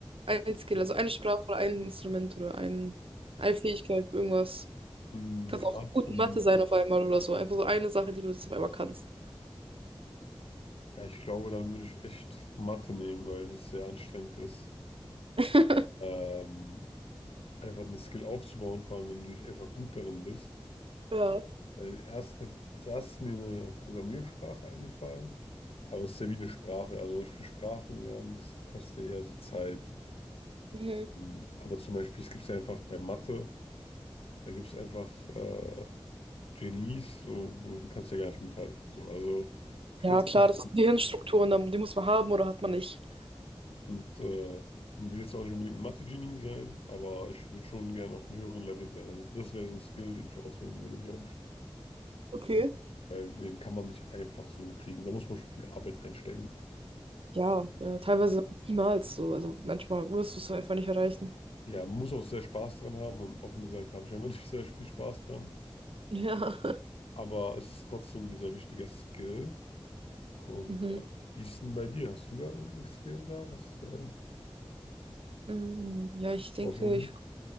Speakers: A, on the right; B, on the left.
A: Ein Skill,
B: Ja.
A: also eine Sprache oder ein Instrument oder ein, eine Fähigkeit, irgendwas.
B: Hm,
A: Kannst
B: gerade
A: auch gut
B: für,
A: in
B: m-
A: Mathe sein auf einmal oder so. Einfach so eine Sache, die du jetzt auf einmal kannst.
B: ja, ich glaube, dann würde ich echt Mathe nehmen, weil das sehr anstrengend ist.
A: <laughs>
B: Ähm, einfach eine Skill aufzubauen, vor allem wenn du nicht einfach gut darin bist.
A: Ja.
B: Weil erst hat, als erstes ist mir eine Programmiersprache eingefallen, aber es ist ja wie eine Sprache. Also ich finde Sprachen lernen, das kostet ja eher so Zeit.
A: Mhm.
B: Ähm, aber zum Beispiel, es gibt ja einfach bei Mathe, da gibt es einfach äh, Genies, so, wo du kannst ja gar nicht mithalten. So. Also ich
A: Ja,
B: will jetzt
A: klar,
B: nicht,
A: das sind Gehirnstrukturen, da- die muss man haben oder hat man nicht.
B: und äh, will jetzt auch nicht unbedingt ein Mathe-Genie sein, aber ich würde schon gerne auf einem höheren Level sein. Also das wäre so ein Skill, den ich auswählen würde, glaube ich.
A: Okay.
B: Ähm, Weil den kann man nicht einfach so kriegen. Da muss man schon viel Arbeit reinstecken.
A: Ja, ja, teilweise niemals so. Also manchmal wirst du es einfach nicht erreichen.
B: Ja, man muss auch sehr Spaß dran haben und offen gesagt habe ich einfach <laughs> nicht sehr viel Spaß dran.
A: Ja. <laughs>
B: Aber es ist trotzdem ein sehr wichtiger Skill. Und
A: Mhm.
B: ja, wie ist denn bei dir? Hast du da irgendeinen Skill da, was äh,
A: Mhm. Ja, ich denke,
B: rausholen
A: ich,